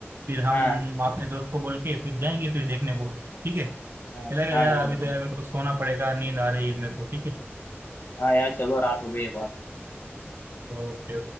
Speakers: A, on the right; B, on the left.
A: फिर हम
B: हाँ
A: अपने दोस्त को बोल के फिर जाएंगे फिर देखने को ठीक है
B: हाँ
A: चलेगा
B: हाँ
A: यार
B: यार
A: अभी
B: जरूर
A: तो यार मेरे को सोना पड़ेगा नींद आ रही है मेरे को ठीक है
B: हाँ यार चलो रात हो गई है बहुत
A: ओह जी